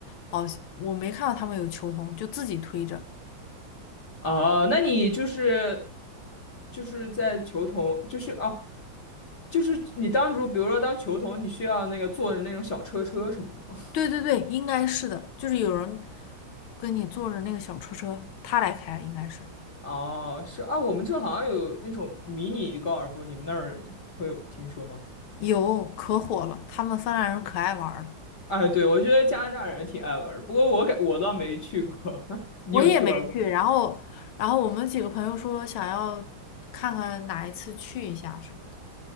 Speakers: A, on the left; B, on the left.
A: 好，我没看到他们有球童，就自己推着。
B: 哦，那你就是就是在球童，就是哦，就是你当如比如说当球童，你需要那个坐着那种小车车什么的吗？
A: 对对对，应该是的，就是有人跟你坐着那个小车车，他来开，应该是
B: 哦，是啊，我们这好像有那种迷你高尔夫，你们那儿会有听说吗？
A: 有可火了，他们芬兰人可爱玩儿了，
B: 哎，对，我觉得加拿大人挺爱玩儿不过我感我倒没去过，<laughs> 你有去玩儿过？
A: 我也没去，然后然后我们几个朋友说想要看看哪一次去一下什么的，